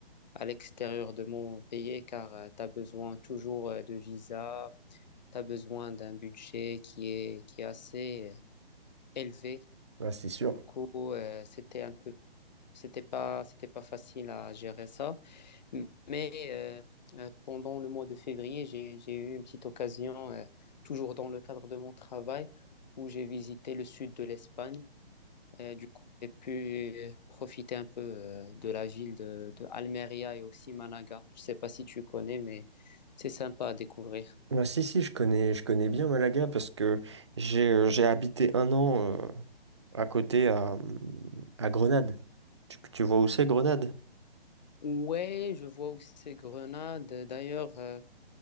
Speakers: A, on the left (about 45°); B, on the right (about 30°).
A: à l'extérieur de mon pays car tu as besoin toujours euh, de visa, tu as besoin d'un budget qui est, qui est assez euh, élevé.
B: Ah, c'est sûr.
A: Du coup, euh, c'était un peu, c'était pas, c'était pas facile à gérer ça. Mais euh, euh, pendant le mois de février, j'ai, j'ai eu une petite occasion, euh, toujours dans le cadre de mon travail, où j'ai visité le sud de l'Espagne. Et du coup, j'ai pu profiter un peu euh, de la ville de, de Almeria et aussi Malaga. Je sais pas si tu connais, mais c'est sympa à découvrir.
B: Ah, si, si, je connais, je connais bien Malaga parce que j'ai euh, j'ai habité un an euh, à côté à, hum, à Grenade. Tu, tu vois où c'est Grenade?
A: Ouais, je vois aussi ces Grenade. D'ailleurs, euh,